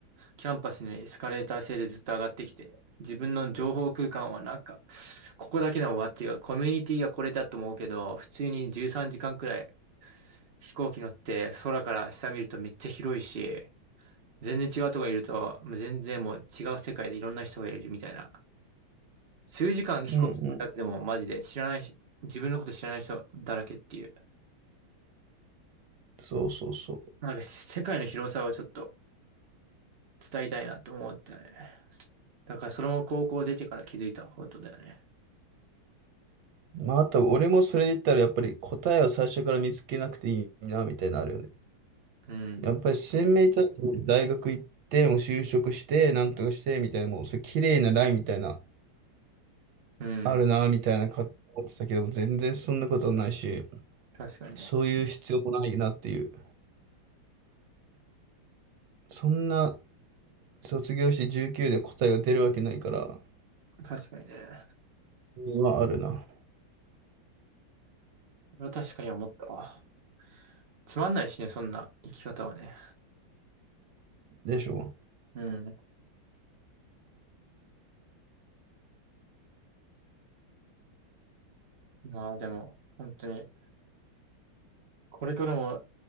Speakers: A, on the right; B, on the right.
A: キャンパスにエスカレーター制でずっと上がってきて、自分の情報空間はなんか、ここだけの終わっていうか、コミュニティがこれだと思うけど、普通に13時間くらい飛行機乗って空から下見るとめっちゃ広いし、全然違うとこにいると、もう全然もう違う世界でいろんな人がいるみたいな。数時間飛行機だけでもマジで知らないし、
B: うんうん。
A: 自分のこと知らない人だらけっていう。
B: そうそうそう。
A: なんか世界の広さをちょっと伝えたいなと思ったね。だからそれも高校出てから気づいたことだよね。
B: まああと俺もそれで言ったらやっぱり答えを最初から見つけなくていいな、みたいなのあるよね。
A: うん。
B: やっぱり新明と大学行って、もう就職して、なんとかして、みたいな、もう、それ綺麗なラインみたいな、
A: うん。
B: あるな、みたいな、か思ってたけども、全然そんなことないし、
A: 確かに。
B: そういう必要もないなっていう。そんな、卒業して19で答えが出るわけないから、
A: 確かにね。
B: 今あるな。
A: それは確かに思ったわ。つまんないしね、そんな生き方はね。
B: でしょ
A: うん。まあでも、本当に、これからも、